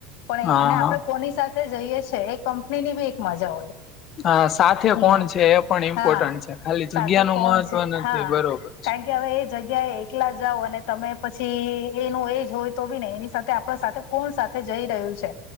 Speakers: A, on the left; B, on the left.
A: પણ
B: હા
A: એ, અને
B: હા
A: આપણે કોની સાથે જઈએ છીએ એ કંપની ની બી એક મજા હોય.
B: હ, સાથે
A: હમ
B: કોણ છે એ પણ ઇમ્પોર્ટન્ટ
A: હા
B: છે. ખાલી જગ્યા
A: સાથે
B: નુ
A: કોણ
B: મહત્વ
A: છે
B: નથી,
A: હા
B: બરોબર છે.
A: કારણ કે હવે એ જગ્યા એ એલા જાઓ, અને તમે પછી એનું એજ હોય તો બી ને, એની સાથે આપણા સાથે. કોણ સાથે જઈ રહ્યું છે